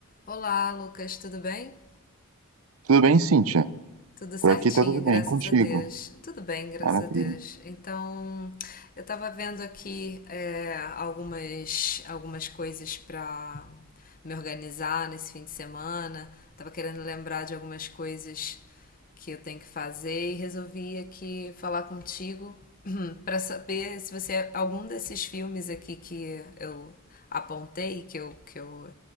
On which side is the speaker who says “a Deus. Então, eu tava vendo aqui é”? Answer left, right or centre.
Left